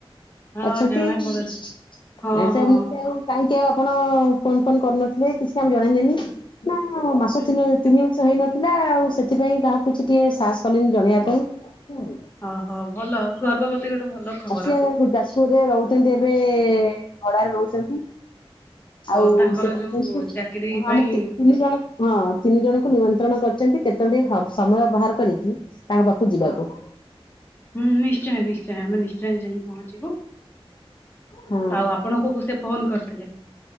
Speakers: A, on the left; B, on the left.
A: ଆଚ୍ଛା
B: ଅଛନ୍ତି। ଆ
A: ଆଚ୍ଛା। ହଁ
B: ସେ
A: ହଁ।
B: ଆମକୁ ବି ଆଉ କାହିଁକି ଆଉ ଆପଣ ଫୋନ ଫୋନ କରୁନଥିଲେ କିଛି ଆମକୁ ଜଣେଇଲେନି।
A: ହୁଁ ହୁଁ।
B: ନା ମାସ
A: ହୁଁ
B: ତିନ
A: ଏଟା
B: ତିନି ମାସ ହେଇନଥିଲା ଆଉ ସେଥିପାଇଁ କାହାକୁ କିଛି ଟିକେ ସାହସ କଲିନି ଜଣେଇବା ପାଇଁ।
A: ଓହୋ। ଭଲ, ଗର୍ଭବତୀ ଗୋଟେ ଭଲ ଖବର।
B: ସିଏ ଯାଜପୁରରେ ରହୁଛନ୍ତି ଏବେ, ଭଡାରେ ରହୁଛନ୍ତି ଆଉ
A: ଓ ତାଙ୍କର
B: ସେ କହିଛନ୍ତି
A: ଯୋଉ ଚାକିରି ପାଇଁ
B: ଆମକୁ ତିନି ଜଣକୁ ହଁ ତିନି ଜଣଙ୍କୁ ନିମନ୍ତ୍ରଣ କରିଚନ୍ତି, କେତେବେଳେ ଟିକେ ହବ ସମୟ ବାହାର କରିକି, ତାଙ୍କ ପାଖକୁ ଯିବାକୁ।
A: ହୁଁ ନିଶ୍ଚୟ ନିଶ୍ଚୟ, ଆମେ ନିଶ୍ଚୟ ଯାଇ ପହଞ୍ଚିବୁ।
B: ହଁ
A: ଆଉ ଆପ ଆପଣଙ୍କୁ ସେ ଫୋନ୍ କରିଥିଲେ।